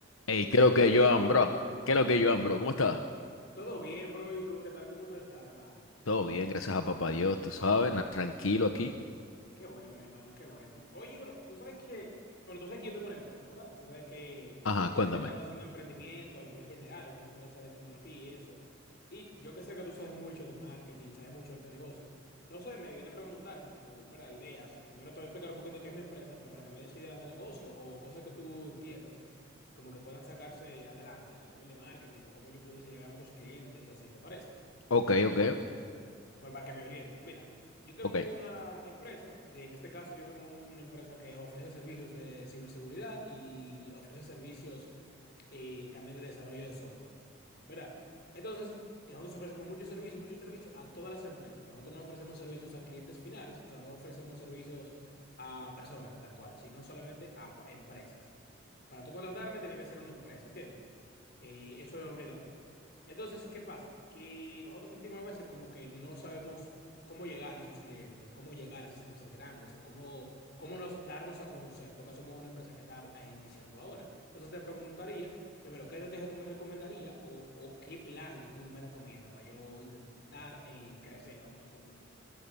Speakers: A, on the left (about 80°); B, on the left (about 50°).
A: Hey, creo
B: Hey
A: que Joan,
B: Elvin,
A: bro. ¿Qué es lo que Joan, bro? ¿Cómo estás?
B: ¿todo bien, bro? ¿Y tú qué tal? ¿Cómo tú estás, mano?
A: Todo bien, gracias a papá Dios, tú sabes, na- tranquilo aquí.
B: Qué bueno, mi hermano, qué bueno. Oye, bro, tú sabes que, bueno, tú sabes que yo tengo una empresa, ¿verdad? Tú sabes que
A: Ajá,
B: yo
A: cuéntame.
B: estoy intentando hacer un emprendimiento a nivel general, una empresa de tecnología y eso. Y yo que sé que tú sabes mucho de marketing, sabes mucho de negocios. No sé, me vine a preguntarte como, ¿verdad? Ideas. Primero te voy a explicar un poquito qué es mi empresa, pero para que me des ideas de negocio o cosas que tú entiendas, como que puedan sacarse adelante a nivel de marketing o cómo yo pudiese llegar a otros clientes y así, ¿te parece?
A: Ok,
B: Si no,
A: ok,
B: Pues para que me orientes, mira, yo tengo
A: ok.
B: una empresa, de- en este caso yo tengo una empresa que ofrece servicios de ciberseguridad y ofrece servicios eh, también de desarrollo de software, ¿verdad? Entonces, nosotros ofrecemos muchos servicios, muchos servicios a todas las empresas. Nosotros no ofrecemos servicios a clientes finales, o sea, no ofrecemos servicios a personas tal cual, sino solamente a p- empresas. Para tú contratarme tiene que ser una empresa, ¿entiendes? Eh, eso es obligatorio. Entonces, ¿qué pasa? Que nosotros sentimos a veces como que no sabemos cómo llegar a esos clientes, o cómo llegar a esas empresas grandes, o cómo, cómo nos, darnos a conocer, porque somos una empresa que está ah, iniciando ahora. Entonces, te preguntaría, primero, ¿qué estrategia tú me recomendarías o, o qué plan tú me recomiendas para yo intentar eh, crecer, vamos a decirlo así?